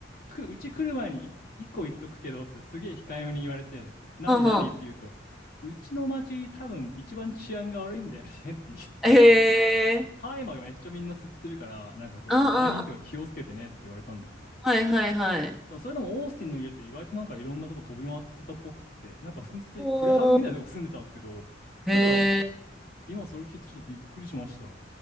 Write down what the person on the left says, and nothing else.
く、うち来る前にい一個言っとくけどってすげえ控えめに言われて、何何って言うと、
うちの町多分一番治安が悪いんだよねって言って、
そう大麻がめっちゃみんな吸ってるから、なんかそういう売人とか気をつけてねって言われたんですよ。
でもそれでもオースティンの家って意外となんかいろんなとこ飛び回ってたっぽくって、なんか普通にプレハブみたいなとこ住んでたんですけど、
だから今それ聞いてちょっとびっくりしました。は